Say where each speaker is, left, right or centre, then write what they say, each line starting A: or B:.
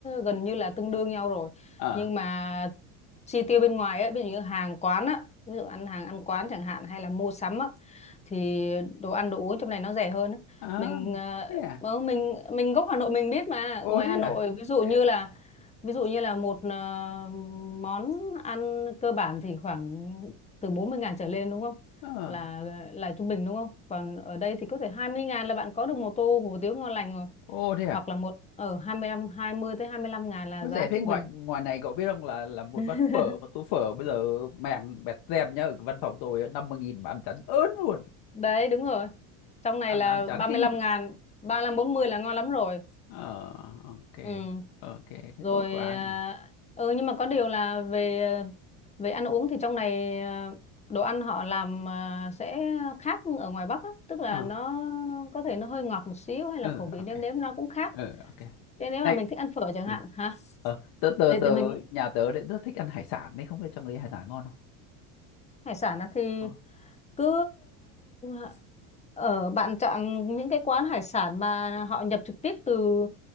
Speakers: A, on the left; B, on the left.
A: gần như là tương đương nhau rồi.
B: à,
A: Nhưng mà chi tiêu bên ngoài ấy, ví dụ như hàng quán á, ví dụ ăn hàng ăn quán chẳng hạn hay là mua sắm á thì đồ ăn đồ uống trong này nó rẻ hơn á.
B: à
A: Mình ờ,
B: thế à
A: ờ, mình mình gốc Hà Nội mình biết mà,
B: ồ
A: ngoài
B: thế
A: Hà Nội
B: à
A: ví dụ
B: Thế
A: như
B: à?
A: là ví dụ như là một ờ, món ăn cơ bản thì khoảng từ bốn mươi ngàn trở lên đúng không?
B: Ờ.
A: là là trung bình đúng không? Còn ở đây thì có thể hai mươi ngàn là bạn có được một tô hủ tiếu ngon lành rồi.
B: Ồ thế à?
A: Hoặc là một ở hai mươi lăm hai mươi tới 25 ngàn là
B: Có
A: giá
B: rẻ
A: trung
B: thế ngoài
A: bình.
B: ngoài này cậu biết không là là một
A: <laughs>
B: bát phở một tô phở bây giờ màng bẹt tem nhá ở cái văn phòng tôi 50 nghìn mà ăn chán ớn luôn
A: Đấy đúng rồi. Trong này
B: ăn
A: là
B: ăn chán
A: ba
B: kinh
A: mươi lăm ngàn, ba lăm bốn mươi là ngon lắm rồi.
B: ờ ok
A: ừ
B: Ờ, ok thế
A: rồi
B: tốt quá
A: à,
B: nhỉ
A: ừ nhưng mà có điều là về về ăn uống thì trong này à, đồ ăn họ làm à, sẽ khác ở ngoài Bắc á. tức là
B: ờ
A: nó có thể nó hơi ngọt một xíu hay
B: ừ
A: là khẩu vị
B: ok
A: nêm nếm nó cũng khác
B: ừ ok
A: thế nếu
B: này
A: mà mình thích ăn phở chẳng
B: ừ.
A: hạn hả
B: ờ tớ tớ
A: để, để
B: tớ
A: mình
B: nhà tớ đấy rất thích ăn hải sản đấy không biết trong đấy hải sản ngon không
A: hải sản á thì
B: ờ
A: cứ ờ, ở bạn chọn những cái quán hải sản mà họ nhập trực tiếp từ